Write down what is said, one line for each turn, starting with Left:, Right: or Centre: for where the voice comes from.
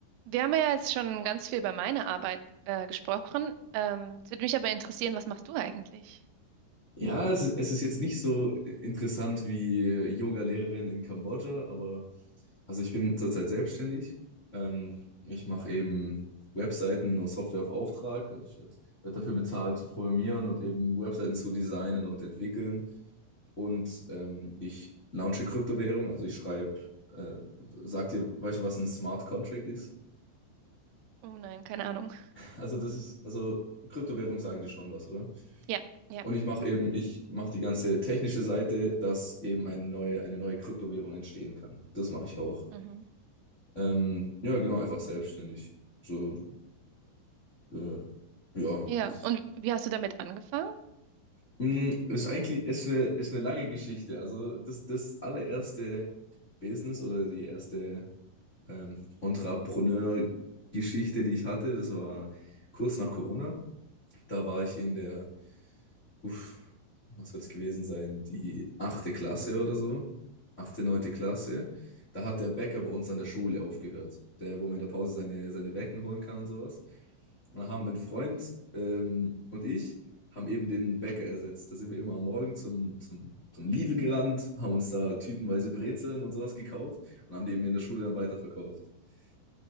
Right: Wir haben ja jetzt schon ganz viel über meine Arbeit äh, gesprochen. Ähm, es würde mich aber interessieren, was machst du eigentlich?
Left: Ja, es, ist- es ist jetzt nicht so interessant wie äh, Yoga-Lehrerin in Kambodscha, aber also ich bin zurzeit selbstständig. Ähm, ich mache eben Webseiten und Software auf Auftrag. Also ich werde werd werd dafür bezahlt zu programmieren und eben Webseiten zu designen und entwickeln. Und ähm, ich launche Kryptowährung, also ich schreibe, äh, sag dir, weißt du, was ein Smart Contract ist?
Right: Oh nein, keine Ahnung.
Left: Also das ist, also Kryptowährung sagen dir schon was, oder?
Right: Ja, ja.
Left: Und ich mache eben, ich mache die ganze technische Seite, dass eben eine neue, eine neue Kryptowährung entstehen kann. Das mache ich auch.
Right: Mhm.
Left: Ähm, ja, genau, einfach selbstständig. So, äh, ja,
Right: Ja,
Left: als,
Right: und wie hast du damit angefangen?
Left: Mm, ist eigentlich ist eine, ist eine lange Geschichte. Also das, das allererste Business oder die erste ähm, Entrepreneur-Geschichte, die ich hatte, das war kurz nach Corona. Da war ich in der uff, was wird es gewesen sein? Die achte Klasse oder so. Achte, neunte Klasse. Da hat der Bäcker bei uns an der Schule aufgehört. Der, wo man in der Pause seine, seine Wecken holen kann und sowas. Und dann haben mein Freund ähm, und ich haben eben den Bäcker ersetzt. Da sind wir immer am Morgen zum, zum, zum Lidl gerannt, haben uns da tütenweise Brezeln und sowas gekauft und haben die
Right: Mhm.
Left: eben in der Schule dann weiterverkauft. <laughs>